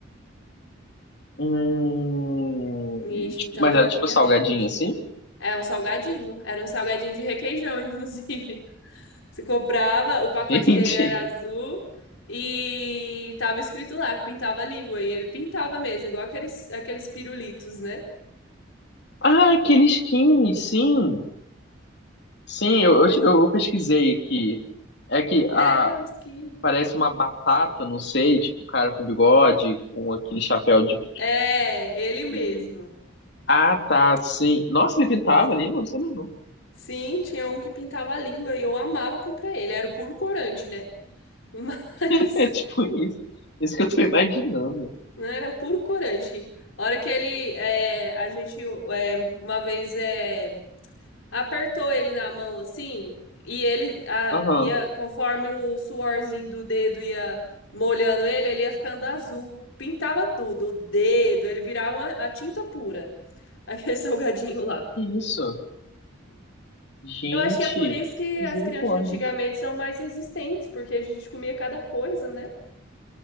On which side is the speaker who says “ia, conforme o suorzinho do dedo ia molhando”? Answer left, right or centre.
Left